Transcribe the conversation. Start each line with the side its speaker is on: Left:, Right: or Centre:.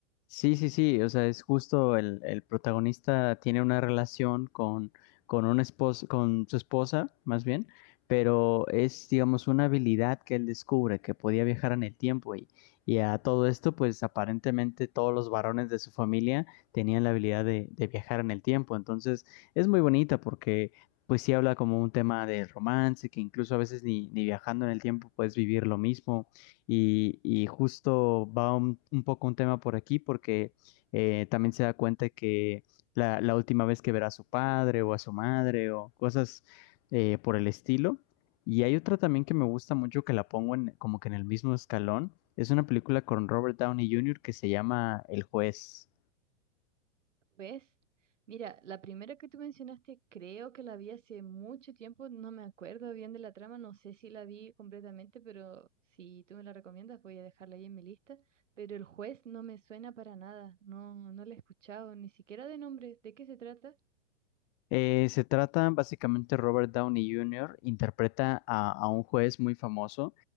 Left: Sí, sí, sí, o sea, es justo el, el protagonista tiene una relación con, con un espos- con su esposa, más bien, pero es, digamos, una habilidad que él descubre, que podía viajar en el tiempo y, y a todo esto, pues aparentemente todos los varones de su familia tenían la habilidad de, de viajar en el tiempo, entonces es muy bonita porque, pues sí habla como un tema de romance, que incluso a veces ni, ni viajando en el tiempo puedes vivir lo mismo. Y, y justo va un, un poco un tema por aquí porque eh, también se da cuenta que la, la última vez que verá a su padre o a su madre o cosas eh, por el estilo. Y hay otra también que me gusta mucho que la pongo en, como que en el mismo escalón. Es una película con Robert Downey Jr. que se llama El Juez.
Right: ¿Ves? Mira, la primera que tú mencionaste, creo que la vi hace mucho tiempo, no me acuerdo bien de la trama, no sé si la vi completamente, pero si tú me la recomiendas, voy a dejarla ahí en mi lista. Pero el juez no me suena para nada, no, no la he escuchado, ni siquiera de nombre. ¿De qué se trata?
Left: Eh, se trata básicamente Robert Downey Jr. interpreta a, a un juez muy famoso